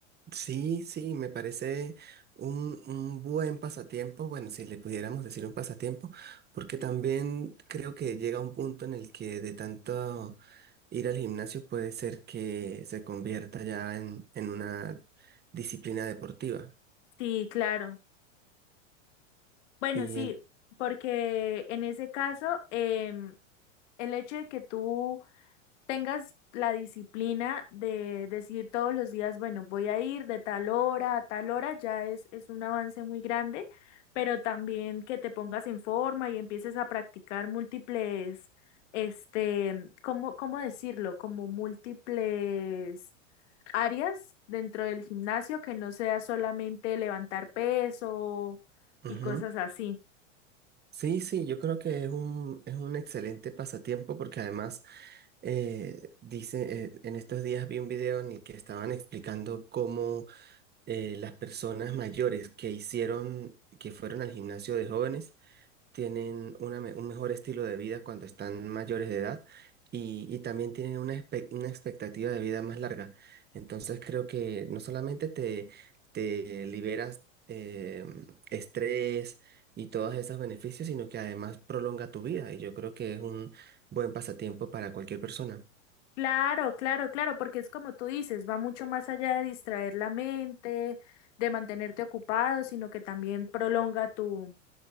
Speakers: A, on the right (about 25°); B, on the left (about 65°).
A: Sí, sí, me parece un, un buen pasatiempo. Bueno, si le pudiéramos decir un pasatiempo, porque también creo que llega un punto en el que de tanto ir al gimnasio puede ser que se convierta ya en, en una disciplina deportiva.
B: Sí, claro. Bueno,
A: Y
B: sí,
A: en-
B: porque en ese caso, em, el hecho de que tú tengas la disciplina de decir todos los días, bueno, voy a ir de tal hora a tal hora, ya es, es un avance muy grande, pero también que te pongas en forma y empieces a practicar múltiples, este, ¿cómo, cómo decirlo? Como múltiples áreas dentro del gimnasio, que no sea solamente levantar peso y
A: ujú.
B: cosas así.
A: Sí, sí, yo creo que es un, es un excelente pasatiempo porque además eh, dice, eh, en estos días vi un video en el que estaban explicando cómo eh, las personas mayores que hicieron, que fueron al gimnasio de jóvenes, tienen una me- un mejor estilo de vida cuando están mayores de edad y, y también tienen una, espe- una expectativa de vida más larga. Entonces creo que no solamente te, te liberas eh, estrés y todos esos beneficios, sino que además prolonga tu vida y yo creo que es un buen pasatiempo para cualquier persona.
B: Claro, claro, claro, porque es como tú dices, va mucho más allá de distraer la mente, de mantenerte ocupado, sino que también prolonga tu,